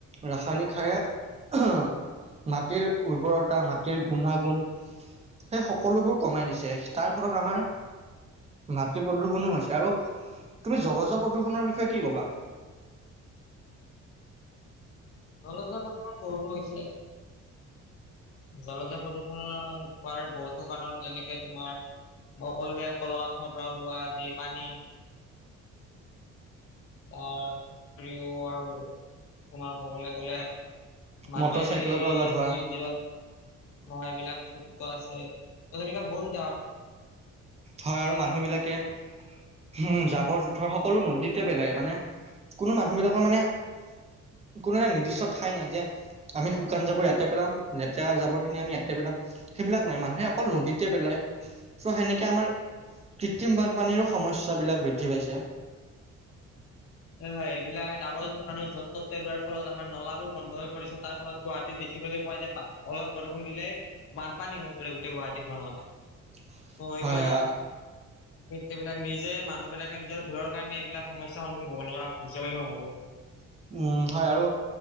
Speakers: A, on the right; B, on the left.
A: ৰাসায়নিক সাৰে মাটিৰ উৰ্বৰতা মাটিৰ গুণাগুণ সেই সকলোবোৰ কমাই দিছে তাৰ ফলত আমাৰ মাটি প্ৰদূষনো হৈছে আৰু তুমি জলজ প্ৰদূষণৰ বিষয়ে কি কবা?
B: জলজ প্ৰদূৰ্ষন বহুতো হৈছে জলজ প্ৰদূৰ্ষনৰৰ হোৱাৰ বহুতো কাৰণ যেনেকে তোমাৰ মই কলোৱে কলকাৰখানাৰ পৰা ওলোৱা যি পানী তাৰ উপৰিও আৰু তোমাৰ ক'বলৈ গ'লে মানুহে
A: মটৰ চাইকেলৰ
B: যে এই
A: পৰা ওলোৱা ধোৱা
B: নদীৰ তিৰত নহয় এইবিলাকত খেতিটো আছে ত তেনেকুৱা <unintelligible>
A: হয় আৰু মানুহ বিলাকে উম, জাবৰ জোথৰ সকলো নদীতে পেলায় মানে, কোনো মানুহবিলাকৰ মানে কোনো এটা নিৰ্দিষ্ট ঠাই নাই যে, আমি শুকান জাবৰ ইয়াতে পেলাম, লেতেৰা জাবৰ খিনি আমি ইয়াতে পেলাম। সেইবিলাক নাই মানুহে অকল নদীতে পেলাই। চ' সেনেকে আমাৰ, কৃত্ৰিম বানপানীৰো সমস্যাবিলাক বৃদ্ধি পাইছে। <inaudible>
B: হয়, হয়, এইবিলাক জাবৰ মানুহ য'ত ত'তে পেলোৱাৰ ফলত আমাৰ নলাবোৰ বন্ধ হৈ পৰিছে তাৰ ফলত গুৱাহাটীত দে খিবলৈ পোৱা যায়, অলপ বৰষুণ দিলে, বানপানী হৈ পৰে গোটেই গুৱাহাটীখনত।
A: <inaudible>
B: ত' এইবিলাক,
A: হয় হয়
B: এইবিলাক নিজে মানুহ বিলাকে নিজৰ ভুলৰ কাৰণে এইবিলাক সমস্যা সন ন্মোখীন হ'ব লগা হৈছে বুলি মই ভাবোঁ।
A: উম, হয় আৰু,